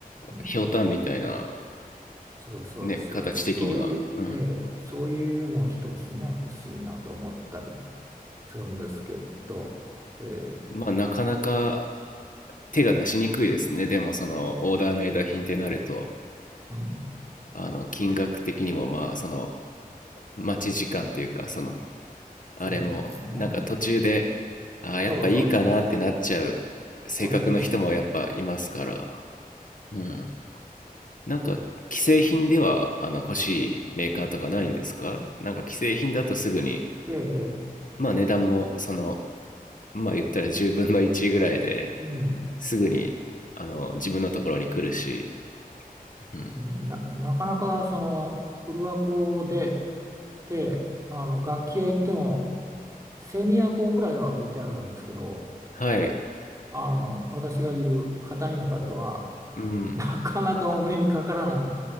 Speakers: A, on the right (about 20°); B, on the left (about 60°).
A: うん、
B: ひょうたんみたいな、
A: そうですそうですそういう、
B: ね、形的には。うん。
A: ええそういうの一つね欲しいなと思ったりするんですけど、え
B: まあ、
A: え
B: なかなか手が出しにくいですね。でも、その、オーダーメイド品ってなると、
A: うん、
B: あの、金額的にも、まあ、その、待ち時間っていうか、その、あれも、
A: そうなんですよね
B: なんか途中で、ああ、やっぱいいかなってなっちゃう性格の人もやっぱいますから、
A: そうそうそうそうこれですよ
B: うん。なんか、既製品では、あの、欲しいメーカーとかないんですかなんか既製品だとすぐに、
A: ええええ
B: まあ値段も、その、まあ言ったら10分の1ぐらいで
A: うん
B: すぐに、あの、自分のところに来るし、うん。
A: な、なかなかその古アコでてあの楽器屋行ってもセミアコぐらいは置いてあるんですけど
B: はい。
A: あの私がいる片田舎では
B: うん。
A: なかなかお目にかからないっ